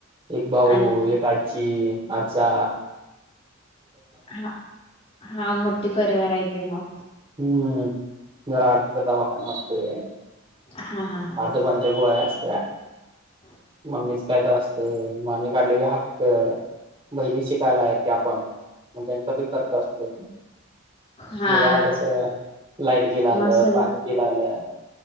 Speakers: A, on the right (about 25°); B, on the left (about 30°).
A: एक भाऊ,
B: आणि
A: एक आजी, आज्जा.
B: हा. हा मोठी परिवार आहे की मग.
A: हूं. जरा आजीचा दवाखाना असतोय.
B: हा हा हा
A: आजोबांच्या गोळ्या अस
B: <unintelligible>
A: मम्मीच कायतर असतयं. आम्ही काढलेली हफ्तं. बहिणी शिकायला आहेत त्या पण. मग त्यांचा बी खर्च असतोय ना.
B: हा
A: मग जरा कसं लाइट बिल आलं,
B: मग सगळ
A: पाणी बिल आलं.